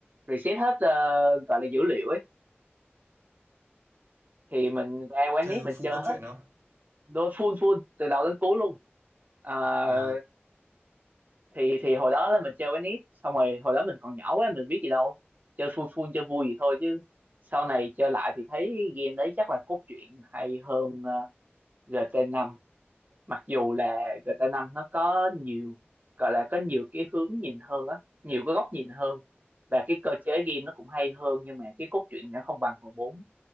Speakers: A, on the right; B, on the right.
A: reset hết ờ, gọi là dữ liệu ấy thì mình ra quán
B: chơi
A: nít
B: full
A: mình chơi
B: cốt
A: hết
B: truyện không
A: đôi full full từ đầu đến cuối luôn Ờ,
B: Ờ
A: thì thì hồi đó là mình chơi quán nít xong rồi hồi đó mình còn nhỏ quá mình biết gì đâu chơi full full chơi vui gì thôi chứ sau này chơi lại thì thấy game đấy chắc là cốt truyện hay hơn ờ, gt năm mặc dù là GTA 5 nó có nhiều gọi là có nhiều cái hướng nhìn hơn á nhiều cái góc nhìn hơn và cái cơ chế game nó cũng hay hơn nhưng mà cái cốt truyện nó không bằng phần bốn